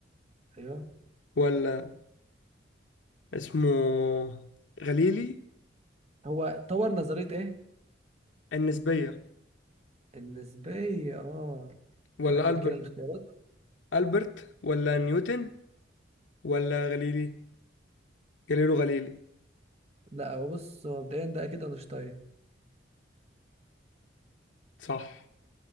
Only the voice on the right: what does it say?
ايوه
هو طور نظريه ايه
النسبيه اه
كمل
كده الاختيارات
لا هو بص هو مبدئيا ده اكيد اينشتاين